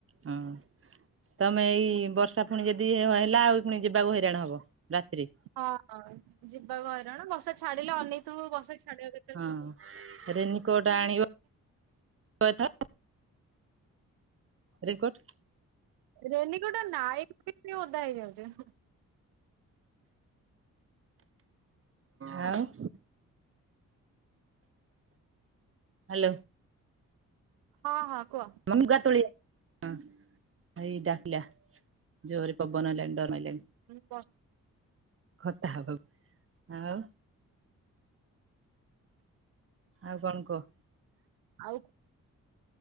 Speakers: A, on the right; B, on the right.
A: ହଁ। ତମେ ଏଇ ବର୍ଷା ପୁଣି ଯଦି ହେଲା ଆଉ ଏ ପୁଣି ଯିବାକୁ ହଇରାଣ ହବ ରାତିିରେ।
B: ହଁ ହଁ ଯିବାକୁ ହଇରାଣ ବର୍ଷା ଛାଡିଲେ ଅନେଇଥିବୁ ବର୍ଷା ଛାଡିବ କେ
A: ହଁ ରେନିକୋଟ ଆଣିବ ଏଥର। ରିଙ୍କୋଟ୍।
B: ରେନିକୋଟ ନାୟକ ବି ଓଧା ହେଇଯାଉଛି।
A: ଆଉ ହ୍ୟାଲୋ।
B: ହଁ ହଁ କୁହ।
A: ମୋ ଲୁଗା ତୋଳିଆ ହେଇ ଡାକିଲା। ଜୋରେ ପବନ ହେଲାଣି ଡରମାଇଲାଣି।
B: ହଁ।
A: ଖଥା ହବାକୁ ଆଉ ଆଉ କଣ କହ?
B: ଆଉ